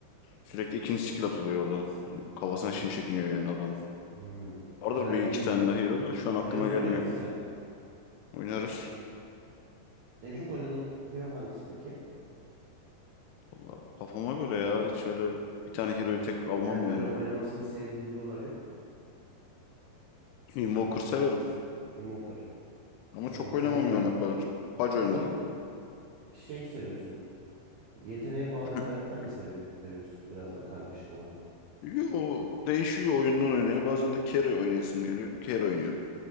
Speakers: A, on the left; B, on the right.
A: Sürekli ikinci skill atılıyor orada. Yani Kafasına
B: iyiymiş.
A: şimşek iniyor yani adam.
B: Hmm,
A: Vardır
B: bayağı
A: bir iki
B: iyi yani.
A: tane daha hero da şu an aklıma
B: Zeus
A: gelmiyor.
B: oynuyor musun sen?
A: Oynarız.
B: En çok oynadığın hero hangisi peki?
A: Vallahi kafama göre ya. Hiç öyle bir tane hero'yu tek almam
B: Yani böyle
A: yani.
B: oynamasını sevdiğin hero'lar yok mu?
A: Invoker
B: Mesela
A: severim.
B: Invoker.
A: Ama
B: Hmm,
A: çok
B: sen
A: oynamam
B: o zaman
A: yani o kadar. Pac
B: sen
A: oynarım.
B: o zaman şey seviyorsun. Yeteneğe bağlı
A: <laughs>
B: karakter mi seviyorsun? Seviyorsun biraz da karmaşık olan.
A: Yo, değişiyor oyundan oynaya. Bazen de carry oynayasım geliyor. Carry oynuyorum.